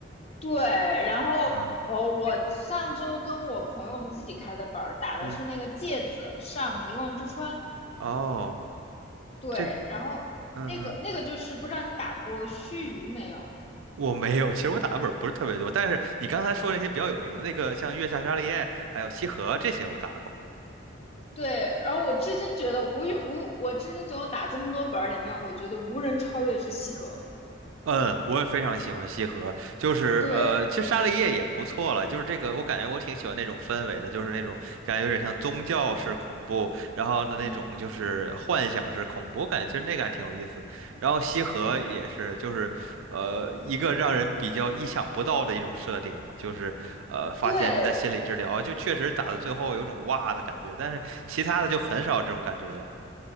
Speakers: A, on the left (about 30°); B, on the right (about 75°).
A: 对，然后哦，
B: 嗯，
A: 我上周跟我朋友我们自己开的本儿打的是那个芥子上遗忘之川。
B: 嗯，哦，
A: 对，
B: 这个，
A: 然后那个那个就是不知道你打过须臾没有？
B: 嗯嗯，我没有，其实我打的本儿不是特别多，但是你刚才说那些比较有名的那个，像月下沙利叶还有西河这些，我打过。
A: 对，然后我至今觉得无与无，我至今觉得我打这么多本儿里面，我觉得无人超越是西河。
B: 嗯，我也非常喜欢西河，就是呃，
A: 对，
B: 其实沙利叶也不错了，就是这个，我感觉我挺喜欢那种氛围的，就是那种感觉有点像宗教式恐怖，然后呢那种就是幻想式恐怖，
A: 嗯，
B: 我感觉其实那个还挺有意思。然后西河也是，就是呃一个让人比较意想不到的一种设定吧，就是呃发现是在心理治疗，
A: 对，
B: 就确实打到最后有种哇的感觉，但是其他的就很少这种感觉了。